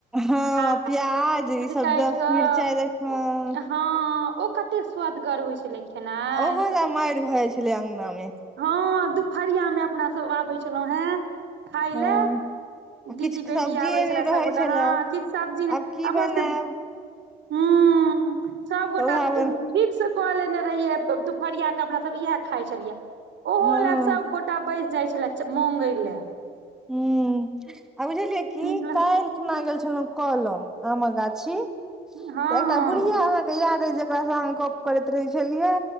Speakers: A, in the centre; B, on the right.
A: हँ
B: आ
A: प्याज ई शब्दस
B: काटि कऽ
A: मिरचाइ रखबें
B: हँ ओ कते स्वदगर होइ छलै खेनाइ
A: ओहो लऽ मायर भय छलै अगना मे
B: हँ दुपहरियामे अपना सब आबै छलौं हेँ खाय
A: हँ
B: लै
A: आ
B: दीदी
A: किछु
B: बेटी
A: सब्जिए
B: आबै
A: नहि
B: छलए
A: रहै
B: सभगोटाे
A: छलए
B: हँ किछु सब्जी ने
A: आब की
B: अपन
A: बनायब
B: सबके हूंम्म सब
A: तऽ
B: गोटा
A: उएह
B: <unintelligible>
A: बन
B: फीक्स कऽ लेने रहियै दुपहरिया के अपना सब इएह खाय छलियै ओहो
A: हँ
B: लए सभगोटा बैस जाइ छलए मंगै लै
A: हूंम्म आ बुझलियै कि
B: हँ
A: कायल खिना गेल छलौं कलम आमक गाछि की तऽ
B: हँ
A: एकटा बुढ़िया अहाँके याद अइ जेकरा सँ अहाँ गप करैत रहै छेलियै